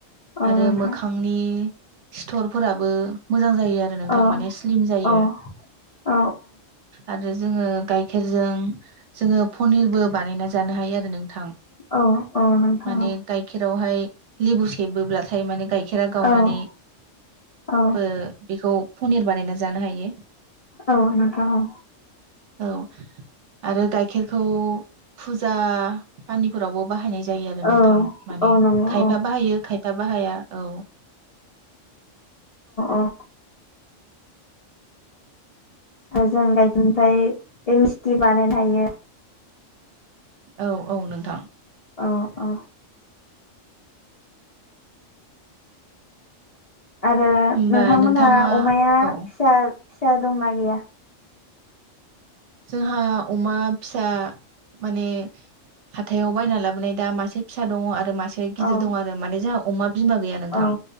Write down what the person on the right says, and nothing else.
आरो
मोखांनि सिथर फोराबो मोजां जायो आरो नोंथां
माने स्लिम जायो
आरो जोङो गाइखेरजों जोङो पनिरबो बानायना जानो हायो आरो नों थां
माने गाइखेरावहाय लेबु सेबोब्लाथाय माने गाइख गाइखेरा गावनानै
बो बेखौ पनिर बानायना जानो हायो।
औ आरो गाइखेरखौ फुजा पानिफोरावबो बाहायनाय जायो आरो नोंथां
माने
खायफा
बाहायो खाय दा बाहाया औ।
औ औ नोंथां।
होमबा
नोंथाङा
औ
जोंहा अमा फिसा माने हाथायाव बायना लाबोनाय दा मासे फिसा दङ आरो मासे से गिदिर
दं आरो माने जोंहा अमा बिमा गैया नोंथां